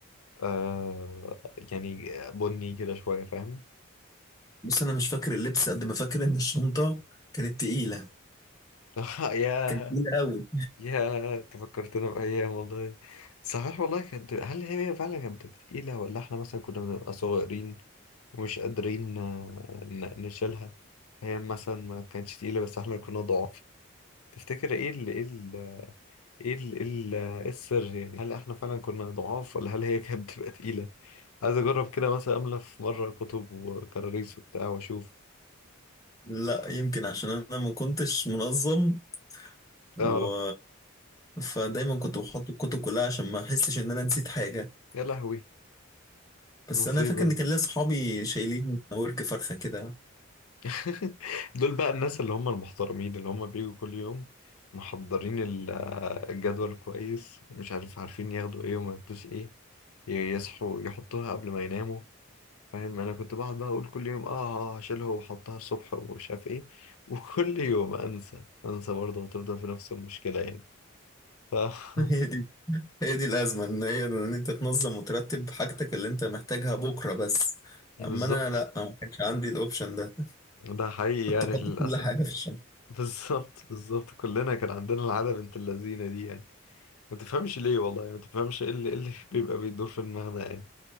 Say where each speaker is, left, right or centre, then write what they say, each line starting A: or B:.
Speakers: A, on the left; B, on the left.
A: آه... يعني بني كده شوية فاهم
B: بس أنا مش فاكر اللبس قد ما فاكر إن الشنطة كانت تقيلة
A: <laughs> يا
B: كانت تقيلة أوي
A: يا انت فكرتنا بأيام والله صحيح والله كانت هل هي فعلا كانت بتبقى تقيلة ولا احنا مثلا كنا بنبقى صغيرين ومش قادرين آه، ن- نشيلها هي مثلا ما كانتش تقيلة بس احنا كنا ضعاف تفتكر ايه ال ايه ال ايه ال ايه ال- إيه السر يعني هل احنا فعلا كنا ضعاف ولا هل هي <laughs> كانت بتبقى تقيلة عايز اجرب كده مثلا املى في مرة كتب وكراريس وبتاع واشوف
B: لا يمكن عشان أنا ما كنتش منظم و
A: اه
B: فدايما كنت بحط الكتب كلها عشان ما أحسش إن أنا نسيت حاجة
A: يا لهوي
B: بس
A: المصيبة
B: انا فاكر ان
A: دي
B: كان ليا صحابي شايلين ورك فرخه كده
A: <laughs> دول بقى الناس اللي هم المحترمين اللي هم بيجوا كل يوم محضرين ال- آه، الجدول كويس مش عارف عارفين ياخدوا ايه وما ياخدوش ايه يصحوا يحطوها قبل ما يناموا فاهم انا كنت بقعد بقى اقول كل يوم اه هشيلها واحطها الصبح ومش عارف ايه وكل يوم انسى انسى برضه وتفضل في نفس المشكلة يعني ف <laughs>
B: <laughs> هي دي هي دي الازمه ان هي ان انت تنظم وترتب حاجتك اللي انت محتاجها بكره بس
A: بالظبط
B: اما انا لا ما كانش عندي الاوبشن ده
A: ده حقيقي
B: كنت
A: يعني
B: احط
A: للأسف
B: كل حاجه في الشنطه
A: بالظبط بالظبط كلنا كان عندنا العادة بنت اللذينة دي يعني ما تفهمش ليه والله يعني ما تفهمش ايه اللي, إيه اللي <laughs> بيبقى بيدور في دماغنا يعني